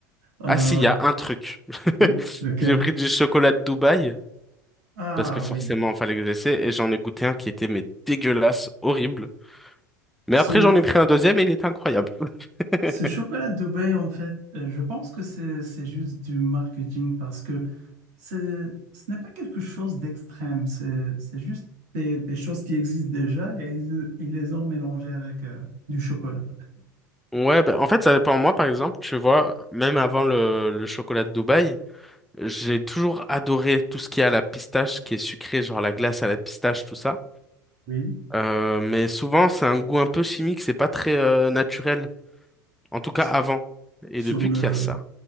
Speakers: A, on the right; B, in the centre.
A: Euh,
B: Ah si, il y a un truc. <laughs>
A: oui, lequel?
B: J'ai pris du chocolat de Dubaï,
A: Ah
B: parce que forcément,
A: oui.
B: il fallait que j'essaie, et j'en ai goûté un qui était mais dégueulasse, horrible. Mais
A: Ce,
B: après, j'en ai pris un deuxième et il était incroyable. <laughs>
A: ce chocolat de Dubaï, en fait, euh, je pense que c'est c'est juste du marketing parce que c'est- ce n'est pas quelque chose d'extrême, c'est c'est juste des, des choses qui existent déjà et ils, ils les ont mélangées avec euh, du chocolat.
B: Ouais, ben en fait, ça dépend. Moi, par exemple, tu vois, même avant le, le chocolat de Dubaï, J'ai toujours adoré tout ce qui est à la pistache, qui est sucré, genre la glace à la pistache, tout ça.
A: Oui.
B: Euh, mais souvent, c'est un goût un peu chimique, c'est pas très euh, naturel. En tout cas,
A: S-
B: avant. Et
A: Sur
B: depuis
A: le,
B: qu'il y a ça.